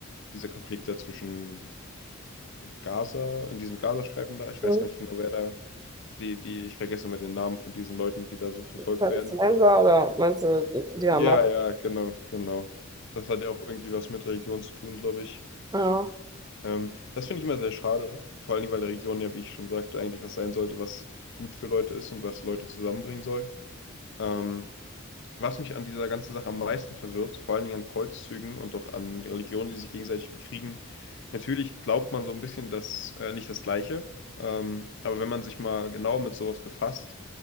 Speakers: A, on the left (about 55°); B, on the right (about 20°).
A: dieser Konflikt da zwischen Gaza, in diesem Gazastreifen da, ich
B: Hm.
A: weiß gar nicht genau, wer da, die, die, ich vergesse immer den Namen von diesen Leuten, die da so verfolgt
B: Palästinenser
A: werden.
B: oder meinst du die die Hamas?
A: Ja, ja, genau, genau. Das hat ja auch irgendwie was mit Religion zu tun, glaube ich.
B: Ja,
A: Ähm, das finde ich immer sehr schade, vor allen Dingen, weil Religion ja, wie ich schon sagte, eigentlich was sein sollte, was gut für Leute ist und was Leute zusammenbringen soll. Ähm, was mich an dieser ganzen Sache am meisten verwirrt, vor allen Dingen an Kreuzzügen und auch an Religionen, die sich gegenseitig bekriegen, natürlich glaubt man so ein bisschen das, äh, nicht das Gleiche, ähm, aber wenn man sich mal genau mit sowas befasst,